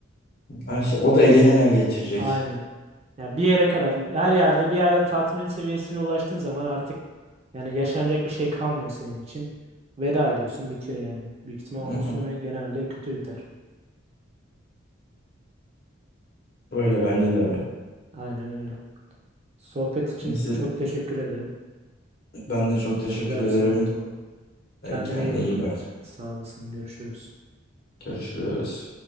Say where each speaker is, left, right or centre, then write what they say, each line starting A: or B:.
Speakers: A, on the left; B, on the right.
A: Ha işte o da eline ne geçirecek?
B: Aynen. Ya bir yere kadar her yerde bir yerde tatmin seviyesine ulaştığın zaman artık yani yaşanacak bir şey kalmıyor senin için. Veda ediyorsun bitiyor yani. Büyük ihtimal onun
A: Hı hı.
B: sonu genelde kötü biter.
A: Öyle bence de öyle.
B: Aynen öyle. Sohbet için
A: Neyse
B: çok teşekkür ederim.
A: ben de çok teşekkür
B: Güzel
A: ederim.
B: bir sohbet oldu.
A: E,
B: Kendine
A: Kendine
B: iyi bak.
A: iyi bak.
B: Sağ olasın. Görüşürüz.
A: Görüşürüz.